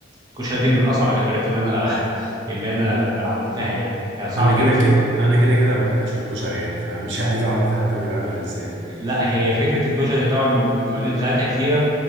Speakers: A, on the right; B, on the right.
A: الكشري دي من اصعب الاكلات اللي انا <laughs> اللي انا عملتها يعني آه، صعبه
B: انا كده
A: جدا
B: كده انا كده كده ما بحبش الكشري يعني فمش <laughs> عايز اعرف حتى بيتعمل ازاي
A: لا هي فكره الكشري طبعا المكونات بتاعتها كتيره